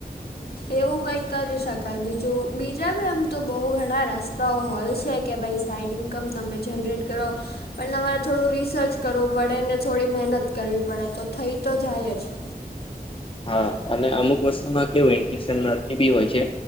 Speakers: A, on the left; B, on the left.
A: એવું કંઈક કરી શકાય બીજું બીજા બી આમ તો બઉ ઘણા રસ્તાઓ હોય છે. કે ભાઈ સાઈડ ઈન્કમ તમે ઝનરેટ કરો. પણ તમારે થોડું રિસર્ચ કરવું પડે ને થોડી મહેનત કરવી પડે તો થઈ તો જાય જ.
B: હા અને અમુક વસ્તુમાં કેવું ઈન્ટલેશનર <unintelligible> બી હોય છે.